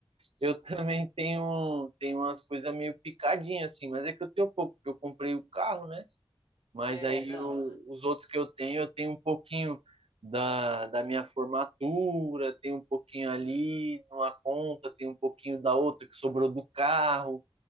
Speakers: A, on the right; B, on the left.
A: eu também tenho, tenho umas coisas meio picadinhas assim, mas é que eu tenho pouco, porque eu comprei o carro, né? Mas
B: É,
A: aí
B: não.
A: eu- os outros que eu tenho, eu tenho um pouquinho da, da minha formatura, tenho um pouquinho
B: Hum,
A: ali numa conta, tenho um pouquinho da outra que sobrou do carro.